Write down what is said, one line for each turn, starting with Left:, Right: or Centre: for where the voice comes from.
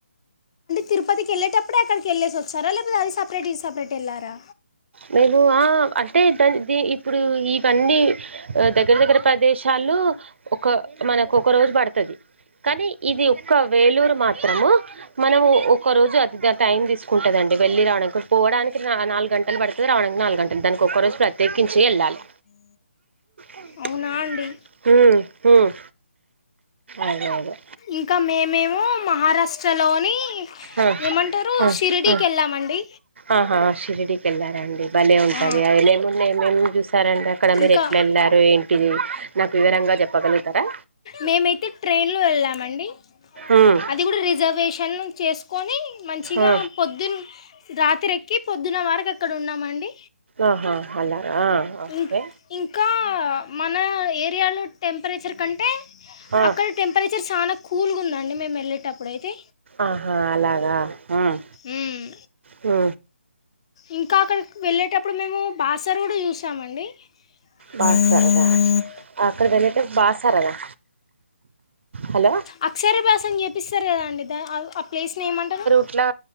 Left: తిరుపతి వెళ్ళేటప్పుడ అక్కడికి వెళ్ళేసి వచ్చారా లేపోతే అది సపరేట్ ఇది సపరేట్ ఎల్లారా
Right: లేదు ఆహా అంటే ద ది ఇప్పుడు ఇవన్నీ దగ్గర దగ్గర ప్రదేశాలు ఒక మనకు ఒక రోజు పడతాది కానీ ఇది ఒక్క వేలూరు మాత్రము మనము ఒక రోజు అది టైం తీసుకుంటదండి వెళ్ళి రావడానికి పోవడానికి నాలుగు గంట గంటలు పడుతుంది రావడానికి నాలుగు గంటలు దానికి ఒక్కరోజు ప్రత్యేకించి వెళ్ళాలి మ్
Left: అవునా అండి
Right: మ్ అదే అదే
Left: ఇంకా మేమేము ఏమో మహారాష్ట్రలోని
Right: ఆ
Left: ఏమంటారు
Right: ఆ
Left: ఉస్ షిరిడి
Right: ఆ
Left: కి ఎల్లం అండి
Right: ఆహా షిరిడికి వెళ్ళారండి భలే ఉంటుంది
Left: ఆ,
Right: ఐలేను లేలేను చూసారా అండి అక్కడ మీరు
Left: ఇంకా
Right: ఎట్లా వెళ్ళారు ఏంటి నాకు వివరంగా చెప్పగలుగుతారా
Left: మేము ఐతే ట్రైన్ లో వెళ్ళామండి
Right: ఉమ్.
Left: అది కూడా రిజర్వేషన్ చేసుకొని మంచిగా
Right: ఆ,
Left: పొద్దున్ రాత్రి ఎక్కి పొద్దున్న వరకు ఎక్కడ ఉన్నామండి
Right: ఆహా అలాగా ఆ, ఓకే
Left: ఇం ఇంకా మన ఏరియాలో టెంపరేచర్ కంటే
Right: ఆ,
Left: అక్కడ టెంపరేచర్ సన కూల్గా ఉందండి మేము వెళ్లేటప్పుడు అయితే
Right: ఆహా అలాగా హ్మ్
Left: మ్మ్.
Right: హు
Left: ఇంకా అక్కడికి వెళ్ళేటప్పుడు మేము బాసరడు చూసామండి
Right: బాసార్దా
Left: మ్మ్.
Right: అక్కడ వెళ్ళితే బాసారదా హలో
Left: అక్షరభాసం చెప్పపిస్తారు కదా అండి దా ఆ ప్లేస్నేమంటారు
Right: ఎట్లా